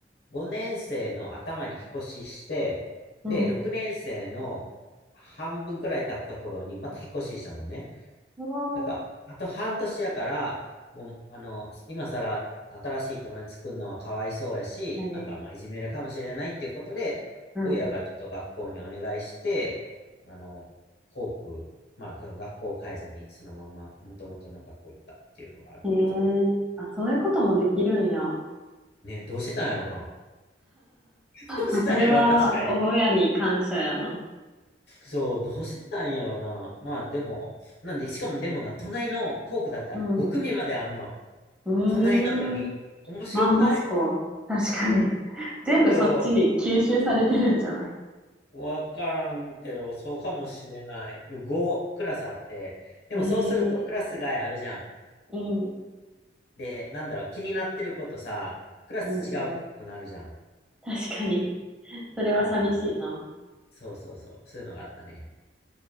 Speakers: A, on the left; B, in the centre.
A: 5年生の頭に引っ越しして、
B: うん。
A: で、6年生の半分くらい経った頃にまた引っ越ししたのね。
B: ああ、
A: なんか、あと半年やから、もう、あの、今更新しい友達作るのはかわいそうやし、
B: やね。
A: なんか、まあ、いじめるかもしれないっていうことで、
B: うん。
A: 親がちょっと学校にお願いして、あの、校区、まあ、が学校を変えずに、そのまま元々の学校行ったっていうのがある。
B: ええあ、そういうこともできるんや。<laughs>
A: ね、どうしてたんやろな。<laughs> どうしてたんやろ、
B: まあ、それは、
A: 確かに。
B: 親に感謝やな。
A: そう、どうしてたんやろな。まあ、でも、なんで、しかもでもな、隣の校区だった。
B: うん。
A: 5組まであんの。
B: うーん。
A: 隣なのに。面白くない
B: マンモスコ。確かに。<laughs> 全部そっちに吸収されてるんじゃない
A: そうわからんけど、そうかもしれない。で、5クラスあって、でもそうするとクラス外あるじゃん。
B: ええうん。
A: で、なんだろう、気になってることさ、クラス違うくなるじゃん。
B: うんうん。確かに。それは寂しいな。
A: まあまあまあ。そうそうそう。そういうのがあったね。